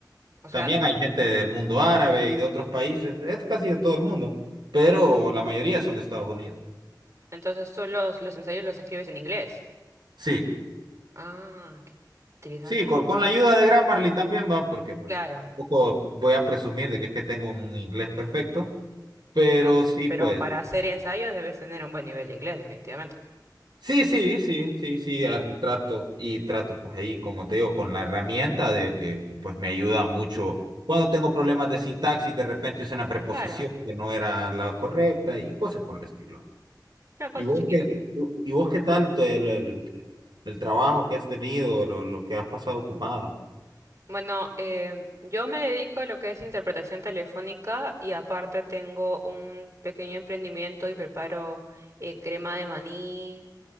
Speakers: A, on the right; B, on the right.
A: O sea,
B: También hay gente del mundo árabe y de otros países, es casi de todo el mundo, pero la mayoría son de Estados Unidos.
A: entonces tú los, los ensayos los escribes en inglés.
B: Sí,
A: Ah, qué interesante.
B: sí, con, con la ayuda de Grammarly también va, porque pues
A: Claro.
B: tampoco voy a presumir de que es que tengo un inglés perfecto, pero
A: Ah,
B: sí,
A: pero
B: pues
A: para hacer ensayos debes tener un buen nivel de inglés, definitivamente.
B: Sí, sí, sí, sí, sí, al- trato y trato pues ahí, como te digo, con la herramienta de que pues me ayuda mucho cuando tengo problemas de sintaxis, de repente usé una preposición
A: Claro,
B: que no era la correcta y cosas por el estilo.
A: claro, cosas
B: ¿Y vos
A: chiquitas.
B: qué, qué- y vos qué tal te- el, el- el trabajo que has tenido, lo, lo que has pasado ocupada?
A: Bueno, em, yo me dedico a lo que es interpretación telefónica y aparte tengo un pequeño emprendimiento y preparo eh, crema de maní,